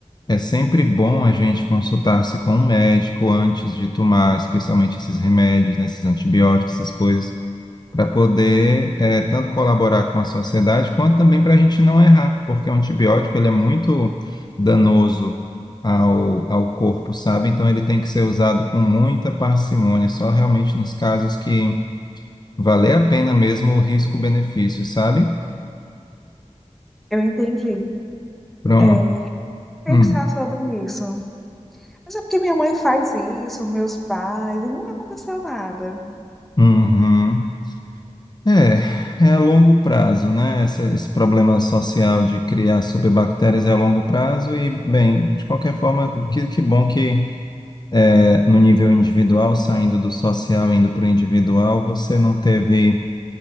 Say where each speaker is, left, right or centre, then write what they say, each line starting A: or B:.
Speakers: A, on the left; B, in the centre.
A: é sempre bom a gente consultar-se com um médico antes de tomar, especialmente esses remédios, né, esses antibióticos, essas coisas, para poder eh, tanto colaborar com a sociedade quanto também para a gente não errar, porque o antibiótico ele é muito danoso ao, ao corpo, sabe? Então ele tem que ser usado com muita parcimônia, só realmente nos casos que valer a pena mesmo o risco-benefício, sabe?
B: Eu entendi.
A: Pronto.
B: É, pensar
A: Hum.
B: sobre isso. Mas é porque minha mãe faz isso, meus pais, e nunca aconteceu nada.
A: Uhum. É, é a longo prazo, né? Essa- esse problema social de criar superbactérias é a longo prazo e, bem, de qualquer forma, que, que bom que eh, no nível individual, saindo do social, indo para o individual, você não teve,